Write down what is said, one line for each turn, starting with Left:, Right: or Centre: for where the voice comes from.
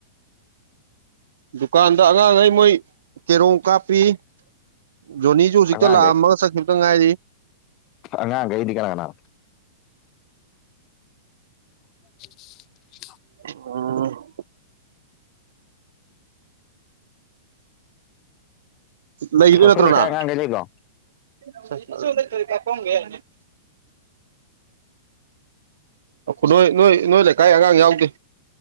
Right: ꯗꯨꯀꯥꯟꯗ ꯑꯉꯥꯡꯈꯩ ꯃꯣꯏ ꯀꯦꯔꯣꯝ ꯀꯥꯞꯄꯤ ꯖꯣꯅꯤꯁꯨ ꯍꯧꯖꯤꯛꯇ
Left: ꯑꯉꯥꯡꯈꯩ
Right: ꯂꯥꯛꯑꯝꯃꯒ ꯆꯠꯈꯤꯕꯗ ꯉꯥꯏꯔꯤ
Left: ꯑꯉꯥꯡꯈꯩꯗꯤ ꯀꯅꯥ ꯀꯅꯥ <unintelligible>
Right: ꯎꯝ ꯂꯩꯈꯤꯗꯣꯏ
Left: ꯑꯩꯈꯣꯏ
Right: ꯅꯠꯇ꯭ꯔꯣ
Left: ꯂꯩꯀꯥꯏ
Right: ꯅꯪ
Left: ꯑꯉꯥꯡꯈꯩ ꯂꯩꯕ꯭ꯔꯣ
Right: <unintelligible> <unintelligible> ꯅꯣꯏ ꯅꯣꯏ ꯅꯣꯏ ꯂꯩꯀꯥꯏ ꯑꯉꯥꯡ ꯌꯥꯎꯗ‌ꯦ